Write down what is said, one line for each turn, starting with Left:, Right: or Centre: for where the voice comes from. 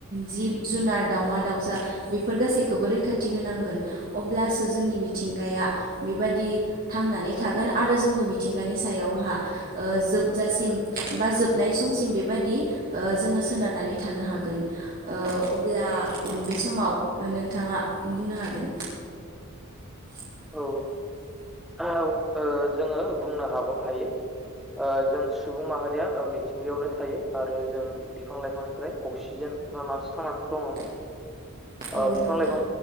Right: जिब जुनार दावमा दाउसा बेफोर गासैखौबो रैखाथि होनांगोन अब्लासो जोंनि मिथिंगाय या बेबादि थांनानै थागोन आरो जोंबो मिथिंगानि सायावहा ओ जोबजास सिम जोबनाय समसिम बेबायदि ओ जोङो सोनारनानै थानो हागोन। ओ अब्ला बे समाव ओ नोंथाङा बुंनो हागोन <inaudible>
Centre: औ औ ओ जोङो बुंनो हाबाव हायो। ओ जों सुबुं माहारिया ओ मिथिंगायावनो थायो आरो जों बिफां लाइफांनिफ्राय अक्सिजेन ओ लानानैसो थांनानै दङ।
Right: <inaudible>
Centre: ओ बिफां
Right: नोंथां
Centre: लाइफां